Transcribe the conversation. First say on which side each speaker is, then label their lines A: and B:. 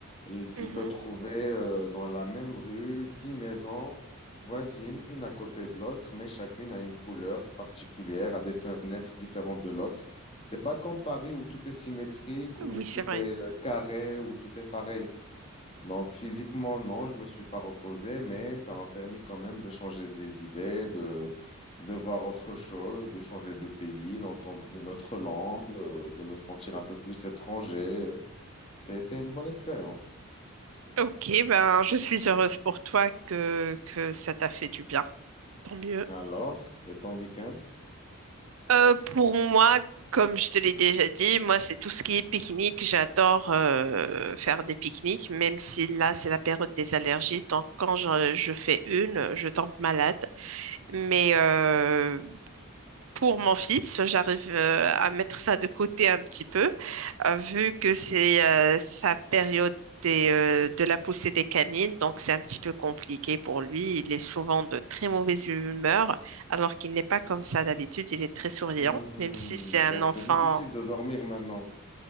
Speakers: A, on the left; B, on the right.
A: L- Tu
B: Mhm.
A: peux trouver euh, dans la même rue dix maisons voisines, une à côté de l'autre, mais chacune a une couleur particulière, a des fenêtres différentes de l'autre. C'est pas comme Paris où tout est symétrique,
B: Oui,
A: où
B: c'est
A: tout
B: vrai.
A: est euh, carré, où tout est pareil. Donc, physiquement, non, je me suis pas reposé, mais ça m'a permis quand même de changer les idées, de, de voir autre chose, de changer de pays, d'entendre une autre langue, euh, de me sentir un peu plus étranger. C'est, c'est une bonne expérience.
B: Ok, ben je suis heureuse pour toi que, que ça t'a fait du bien. Tant mieux.
A: Alors, et ton week-end?
B: Euh, pour moi, comme je te l'ai déjà dit, moi c'est tout ce qui est pique-nique. J'adore euh, faire des pique-niques, même si là c'est la période des allergies. Donc quand je, je fais une, je tombe malade. Mais euh, pour mon fils, j'arrive euh, à mettre ça de côté un petit peu, euh, vu que c'est euh, sa période des, euh, de la poussée des canines, donc c'est un petit peu compliqué pour lui. Il est souvent de très mauvaise humeur, alors qu'il n'est pas comme ça d'habitude. Il est très souriant,
A: Hmm,
B: même si c'est un
A: donc,
B: enfant
A: c'est difficile de dormir maintenant.